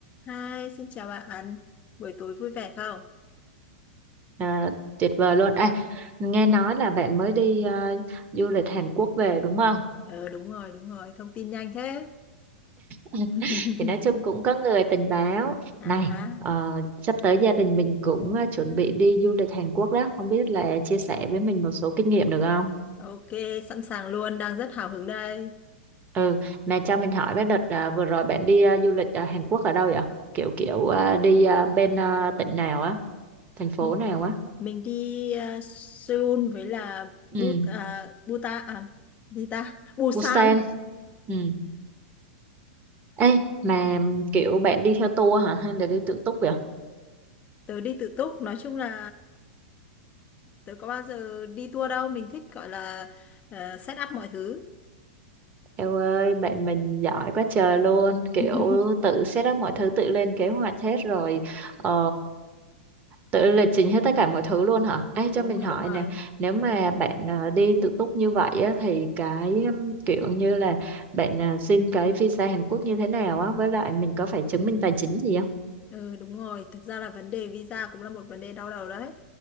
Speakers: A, on the left; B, on the right.
A: Hi, xin chào bạn. Buổi tối vui vẻ không?
B: À, tuyệt vời luôn. À, nghe nói là bạn mới đi ờ, du lịch Hàn Quốc về đúng không?
A: Ờ đúng rồi, đúng rồi, thông tin nhanh thế.
B: <laughs>
A: <laughs>
B: Thì nói chung cũng có người tình báo
A: À
B: này
A: ha.
B: ờ, sắp tới gia đình mình cũng ờ, chuẩn bị đi du lịch Hàn Quốc đó. Không biết là chia sẻ với mình một số kinh nghiệm được không?
A: Ok, sẵn sàng luôn, đang rất hào hứng đây.
B: Ừ, mà cho mình hỏi với đợt ờ, vừa rồi bạn đi ờ, du lịch ờ, Hàn Quốc ở đâu vậy? Kiểu kiểu ờ, đi ờ, bên ờ, tỉnh nào á, thành phố
A: M-
B: nào á?
A: Mình đi à, Seoul với là But
B: Ừ,
A: à, Buta à gì ta? Busan.
B: Busan. Ừ. Ê, mà kiểu bạn đi theo tour hả hay là đi tự túc vậy?
A: <laughs> Tớ đi tự túc, nói chung là tớ có bao giờ đi tour đâu, mình thích gọi là ờ, set up mọi thứ.
B: Eo ơi, bạn mình giỏi quá trời luôn, kiểu
A: <laughs>
B: tự set up mọi thứ, tự lên kế hoạch hết rồi, ờ, tự lịch trình hết tất cả mọi thứ luôn hả? Ê, cho
A: Đúng
B: mình
A: rồi,
B: hỏi
A: đúng rồi.
B: nè, nếu mà bạn ờ, đi tự túc như vậy á, thì cái um, kiểu như là bạn ờ, xin cái visa Hàn Quốc như thế nào á, với lại mình có phải chứng minh tài chính gì không?
A: Ừ đúng rồi, thực ra là vấn đề visa cũng là một vấn đề đau đầu đấy.